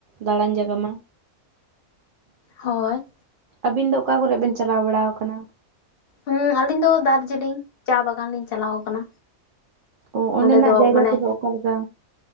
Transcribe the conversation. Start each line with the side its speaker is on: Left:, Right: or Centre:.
Right: ᱫᱟᱬᱟᱱ ᱡᱟᱭᱜᱟ ᱢᱟ
Left: ᱦᱳᱭ
Right: ᱟᱹᱵᱤᱱ ᱫᱚ ᱚᱠᱟ ᱠᱚᱨᱮ ᱵᱤᱱ ᱪᱟᱞᱟᱣ ᱵᱟᱲᱟ ᱟᱠᱟᱱᱟ?
Left: ᱦᱩᱸ ᱟᱞᱤᱧ ᱫᱚ ᱫᱟᱨᱡᱤᱞᱤᱝ ᱪᱟ ᱵᱟᱜᱟᱱ ᱞᱤᱧ ᱪᱟᱞᱟᱣ ᱟᱠᱟᱱᱟ᱾
Right: ᱚ ᱚᱸᱰᱮᱱᱟᱜ
Left: ᱚᱸᱰᱮ ᱫᱚ
Right: ᱡᱟᱭᱜᱟ
Left: ᱢᱟᱱᱮ
Right: ᱠᱚᱫᱚ ᱚᱠᱟ ᱞᱮᱠᱟ?